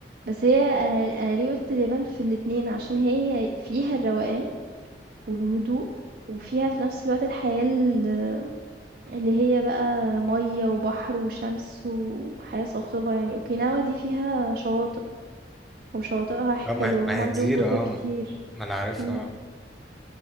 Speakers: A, on the right; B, in the centre.
A: بس هي أنا أنا ليه قُلت اليابان في الاتنين، عشان هي فيها الروقان والهدوء، وفيها في نفس الوقت الحياة ال اللي هي بقى مَيّة وبحر وشمس وحياة صاخبة يعني، أوكيناوا دي فيها شواطئ. وشواطئها حلوة
B: آه، ما ما
A: وهم
B: هي
A: عندهم
B: جزيرة
A: جزر
B: اه
A: كتير
B: ما أنا عارفها
A: مم.